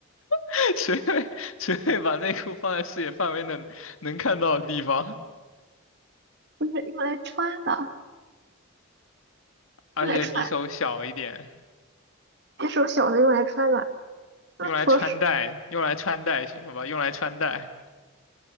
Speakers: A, on the left; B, on the right.
A: <laughs> 谁会谁会把内裤放在视野范围能能看到的地方？
B: 不是用来穿的，
A: 而且比手小一点，
B: 用来穿，别手小的用来穿的。那除了手，
A: 用来穿戴，用来穿戴，行了吧？用来穿戴。